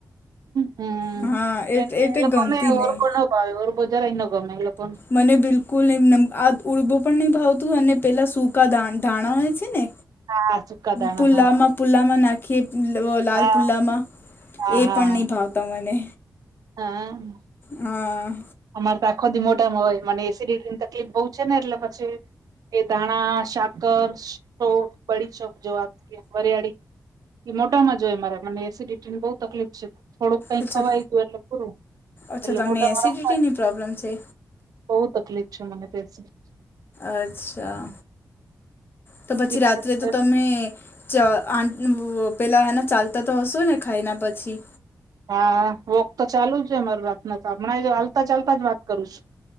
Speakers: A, on the right; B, on the left.
A: હમ
B: હા
A: એ
B: એટલે
A: એ લોકો
B: ગમતી
A: ને
B: નહીં
A: ઓર કો. હા ઓર કહો જરાઇ ન ગમે એ લોકો ને.
B: મને બિલકુલ નહીં. આ ઉડબો પણ નહી ભાવતું અને પેલા સૂકા ધાણા હોય છે ને?
A: હા સુકા દાણા
B: પુલાવમાં
A: હા
B: પુલ્લામાં નાખીએ. લાલ
A: હા
B: પુલ્લામાં
A: હા
B: એ
A: હા
B: પણ નહીં ભાવતા. મને...
A: હા અ.
B: હા અ.
A: અમારે તો આખો દી મોઢામાં હોય. મને એસિડિટીની તકલીફ બહુ છે, ને એટલે પછી એ ધાણા શાક. કર છો બ <inaudible> ડી ચો જો વાત વરિયાળી એ મોઢામાં જ હોય, મારે મને એસિડિટીને બહુ તકલીફ છે. થોડુંક કંઈક
B: અચ્છા
A: ખવાઈ ગયું. એટલે પૂરું
B: અચ્છા
A: એટલે
B: તમને
A: મોઢામાં
B: એસિડિટીની
A: મા રાખું.
B: પ્રોબ્લેમ છે
A: બહુ તકલીફ છે. મને તે એસીડીટી.
B: અચ્છા! તો પછી
A: તીખું
B: રાત્રે
A: છે.
B: તો તમે, ત આ પેલા એના ચાલતા તો હશો, ને ખાઈને પછી?
A: હા, વોક તો ચાલુ જ હોય મારું રાતના તો, હમણાં ય હાલતા- ચાલતા જ વાત કરું છું.